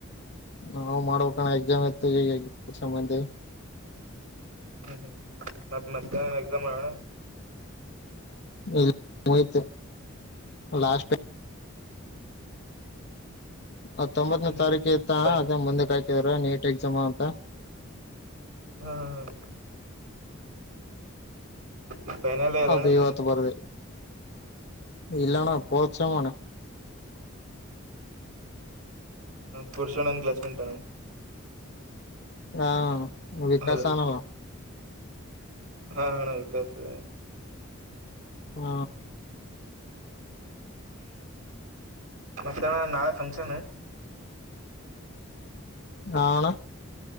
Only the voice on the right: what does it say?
ಹ್ಮ್ ಹ್ಮ್ ಮತ್ ಮತ್ತ ಮಧ್ಯಾಹ್ನ ಎಕ್ಸಾಮ್ ಅಣ.
ಹ್ಮ್ ಹ್ಮ್
ಫೈ
ಹಾ ಹಾ ಹ ಈಗ ಫೈನಲ್ ಇಯರ್
ಅಣ್ಣ ನಂದು
ಪುರುಷ ನನ್ ಕ್ಲಾಸ್ಮೆಂಟ್ ಅಣ
ಹಲೋ
ಹಾ ಹ್ ಅಣ್ಣ ವಿಕಾಸು.
ಮತ್ತೆ ಅಣ ನಾಳೆ ಫಂಕ್ಷನ್.